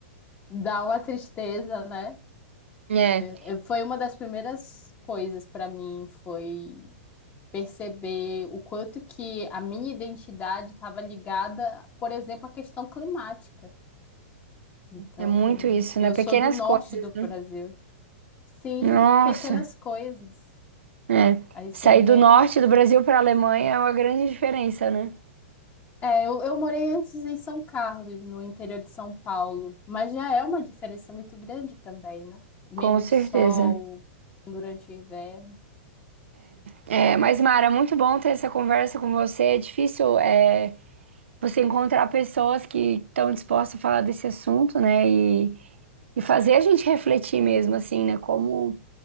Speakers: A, on the left; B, on the right.
A: Dá uma tristeza, né?
B: É,
A: Eh, Foi uma das primeiras coisas para mim, foi perceber o quanto que a minha identidade estava ligada, por exemplo, à questão climática. Então,
B: é muito isso,
A: eu
B: né? Pequenas
A: sou do norte
B: coisas,
A: do Brasil.
B: né?
A: Sim,
B: Nossa.
A: pequenas coisas.
B: É.
A: Aí
B: Sair
A: você vem.
B: do norte do Brasil para a Alemanha é uma grande diferença, né?
A: É, eu, eu morei antes em São Carlos, no interior de São Paulo, mas já é uma diferença muito grande também, né? Menos
B: Com certeza.
A: sol durante o inverno.
B: É, é, mas Mara, muito bom ter essa conversa com você. É difícil, é, você encontrar pessoas que estão dispostas a falar desse assunto, né? E, e fazer a gente refletir mesmo, assim, né? Como,